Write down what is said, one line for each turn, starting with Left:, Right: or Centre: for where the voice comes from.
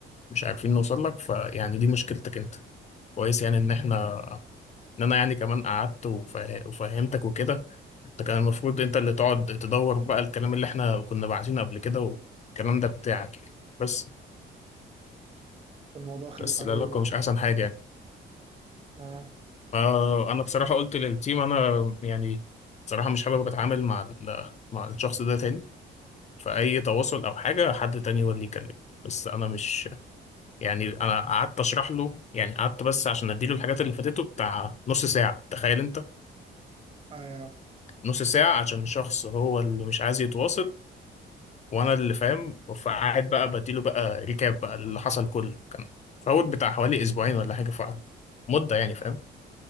Left: مش عارفين نوصل لك فيعني دي مشكلتك انت كويس يعني ان احنا ان انا يعني كمان قعدت وفه- وفهمتك وكده انت كان المفروض انت اللي تقعد تدور بقى الكلام اللي احنا كنا باعتينه قبل كده والكلام ده بتاعك يعني. بس
Right: والموضوع خلص
Left: بس
Right: على
Left: العلاقة
Right: ايه بقى
Left: مش احسن حاجة يعني
Right: اه
Left: آه انا بصراحه قلت للتيم انا يعني بصراحه مش حابب اتعامل مع ال- مع الشخص ده تاني فاي تواصل او حاجه حد تاني هو اللي يكلم بس انا مش يعني انا قعدت اشرح له يعني قعدت بس عشان اديله الحاجات اللي فاتته بتاع نص ساعه تخيل انت
Right: ايوه
Left: نص ساعه عشان شخص هو اللي مش عايز يتواصل وانا اللي فاهم فقعد بقى بديله بقى ريكاب بقى اللي حصل كله كان فوت بتاع حوالي اسبوعين ولا حاجه فمده يعني فاهم